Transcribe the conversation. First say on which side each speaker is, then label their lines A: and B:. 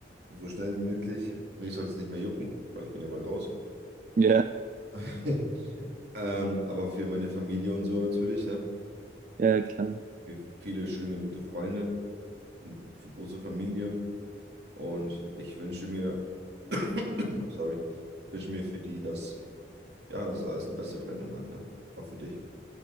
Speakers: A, on the right; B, on the right.
A: so schnell wie möglich. Mich sollte es nicht mehr jucken, weil ich bin ja bald raus.
B: ja,
A: <laughs> Ähm, aber für meine Familie und so natürlich, ne?
B: ja, klar.
A: Für viele schöne, gute Freunde, und für große Familie. Und ich wünsche mir, <clears throat> sorry, wünsche mir für die, dass, ja, dass es alles eine bessere Wendung hat, ne? Auch für dich.